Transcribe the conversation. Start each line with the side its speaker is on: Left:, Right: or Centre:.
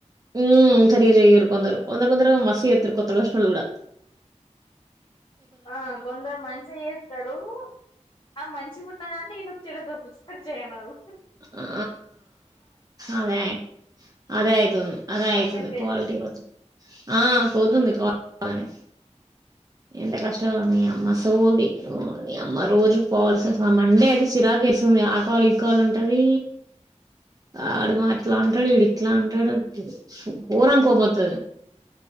Right: ఊ సరిగా చేయరు కొందరు తొందరుతొందరుగ మస్తు చేత్తారు కొత్తగా వచ్చనొళ్లు కూడా
Left: ఆ కొందరు మంచిగ చేత్తారు ఆ మంచిగా ఉన్నదాన్ని వీళ్లు లొచ్చి చెడ దొబ్బుతారు చేయనోళ్లు
Right: ఆ అదే అదే అయితుంది అదే
Left: పర్సంటేజ్
Right: అయితుంది క్వాలిటీ <inaudible> ఆ పోతుంది క్వాల అని ఎంత కష్టం మీ అమ్మ సోది మీ అమ్మ రోజు పోవాల్స <inaudible> ఆ మండే అయితే చిరాక వేస్తుంది ఆ కాలు ఈ కాలు అం ఉంటది ఆడ మా ఇట్లా అంటాడు ఇడు ఇట్లా అంటాడు ఊరం కోపోతుదు